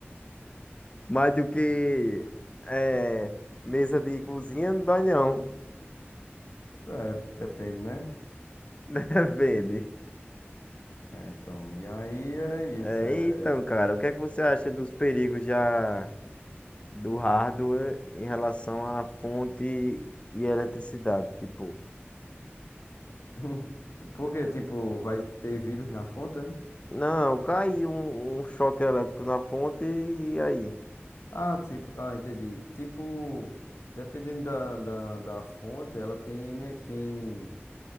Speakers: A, on the left; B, on the left.
A: Mais do que é, mesa de cozinha, não dói não. <laughs>
B: É, depende, né?
A: Né? Vende.
B: É, então, e aí é isso,
A: É,
B: é...
A: então, cara, o que é que você acha dos perigos já do hardware em relação à fonte e eletricidade? Tipo,
B: <laughs> Porque, tipo, vai ter vírus na fonte? é?
A: não, caiu um, um choque elétrico na fonte e aí?
B: Ah, tipo, ah, entendi. Tipo, dependendo da, da, da fonte, ela tem, né, tem,